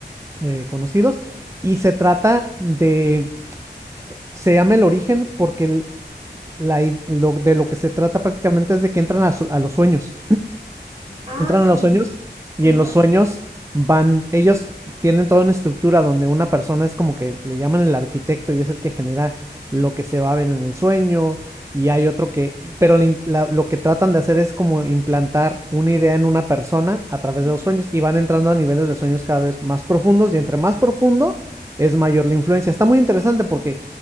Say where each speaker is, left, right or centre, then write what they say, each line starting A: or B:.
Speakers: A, on the right (about 15°); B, on the right (about 30°).
A: eh, conocidos y se trata de, se llama el origen porque el- la i- lo- de lo que se trata prácticamente es de que entran a, su- a los sueños.
B: Ah,
A: entran a los
B: sí.
A: sueños y
B: Ajá.
A: en los sueños van, ellos tienen toda una estructura donde una persona es como que le llaman el arquitecto y es el que genera lo que se va a ver en el sueño y hay otro que, pero la- la- lo que tratan de hacer es como implantar una idea en una persona a través
B: Ujú,
A: de los sueños y van entrando a niveles de sueños cada vez más profundos y entre más profundo es mayor la influencia. Está muy interesante porque